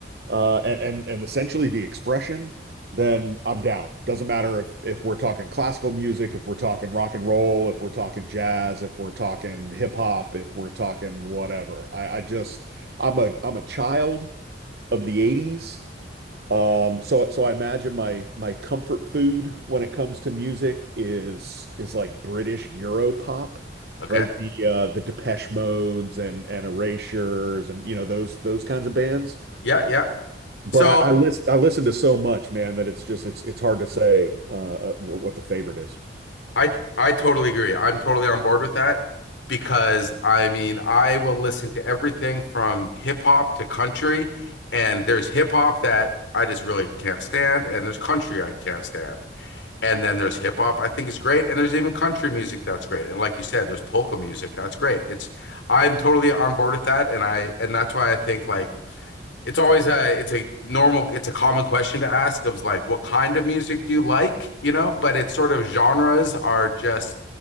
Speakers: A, on the right; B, on the left.
A: uh and and and essentially the expression, then I'm down. Doesn't matter if if we're talking classical music, if we're talking rock and roll, if we're talking jazz, if we're talking hip hop, if we're talking whatever. I I just I'm a I'm a child of the 80s um, so so I imagine my my comfort food when it comes to music is is like British Euro pop,
B: Okay.
A: right? The uh the Depeche Modes and and Erasures and you know those those kinds of bands.
B: Yeah, yeah.
A: But
B: So
A: I, I listen I listen to so much, man, that it's just it's it's hard to say uh, uh wh- what the favorite is.
B: I I totally agree. I'm totally on board with that because I mean, I will listen to everything from hip hop to country, and there's hip hop that I just really can't stand, and there's country I can't stand. And then there's hip hop I think is great, and there's even country music that's great. And like you said, there's polka music that's great. It's I'm totally on board with that, and I and that's why I think like it's always a it's a normal it's a common question to ask of like what kind of music do you like you know but it's sort of genres are just